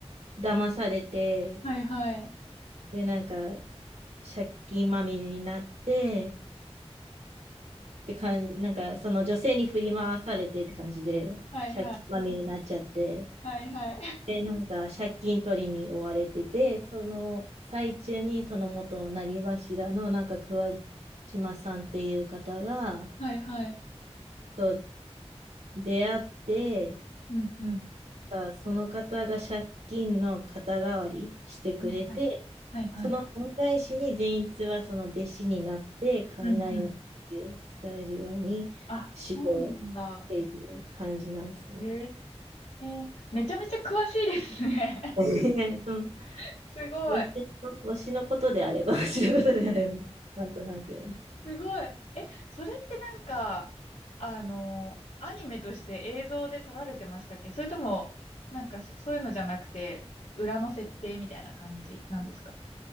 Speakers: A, on the right; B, on the left.
A: 騙されて、
B: はいはい。
A: で、なんか借金まみれになって、って感じ、なんかその女性に振り回されてって感じで、
B: はいはい。
A: 借金まみれになっちゃって、
B: はいはい。
A: で、なんか借金取りに追われてて、その最中にその元なりわしらのなんか桑島さんっていう方が、
B: はいはい。
A: と出会って、
B: うん、うん。
A: あその方が借金の肩代わりしてくれて、
B: はいはい。はいはい。
A: その恩返しに善逸はその弟子になって、雷の呼吸を使えるように修行っ
B: うん、うん。あ、そうなんだ。
A: ていう感じなんですね。
B: へえ。めちゃめちゃ詳しいですね。
A: <laughs> はい、その、
B: <laughs> すごい。
A: 推しの、推しのことであれば、<laughs> 推しのことであれば、なんとなく。
B: すごい。え、それってなんか、あの、アニメとして映像で撮られてましたっけそれとも、なんかそ、そういうのじゃなくて、裏の設定みたいな感じなんですか